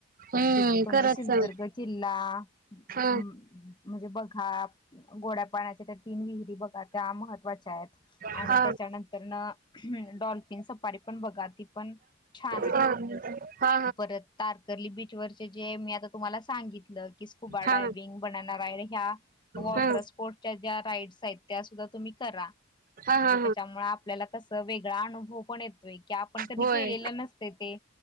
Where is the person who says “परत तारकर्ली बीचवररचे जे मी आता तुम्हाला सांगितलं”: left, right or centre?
Left